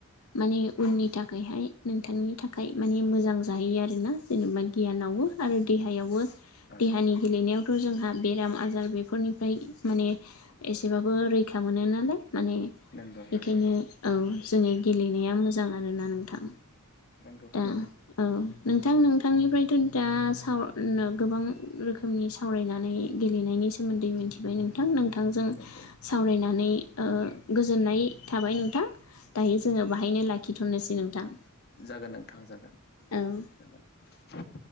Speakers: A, on the left (about 80°); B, on the left (about 50°).
A: माने उननि थाखायहाय नों थाखाय माने मोजां जाहैयो आरोना। जेनेबा गियानावबो
B: नंगौ
A: आरो देहायावबो
B: औ
A: देहानि गेलेनायावथ' जोंहा बेराम आजार बेफोरनिफ्राय माने एसेबाबो रैखा मोनो नालाय माने
B: नंगौ
A: बेखायनो
B: नंगौ
A: औ। जोङो गेलेनाया मोजां आरोना नोंथां।
B: नंगौ
A: दा
B: नंगौ
A: औ नोंथां नोंथां नोंथांनिफ्रायथ' दा सावरायनो गोबां रोखोमनि सावरायनानै गेलेनायनि सोमोन्दै मोन मिथिबाय नोंथां नोंथांजों
B: नंगौ
A: सावरायनानै गोजोननाय थाबाय नोंथां दायो जोङो बाहायनो लाखिथ'नोसै नोंथां।
B: जागोन नोंथाङा जागोन
A: औ
B: जागोन।